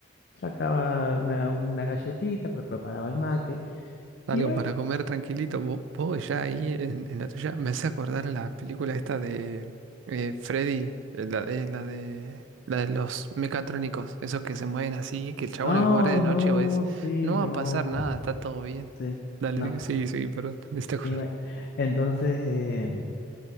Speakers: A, on the left; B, on the right.
A: sacaba una, una galletita, me preparaba el mate,
B: Algo
A: y bueno,
B: para comer tranquilito. Vo- Vos, ya ahí en, en la tuya me hace acordar a la película esta de eh, Freddy, eh, la de, la de, la de los mecatrónicos, esos que se mueven así, que el chabón
A: ay,
B: es guardia de
A: no,
B: noche o es,
A: sí,
B: no
A: no,
B: va a pasar nada, está todo bien.
A: sí,
B: Dale,
A: no,
B: sí, sí, perdón, <laughs> me hiciste acordar.
A: y bueno, entonces, eh,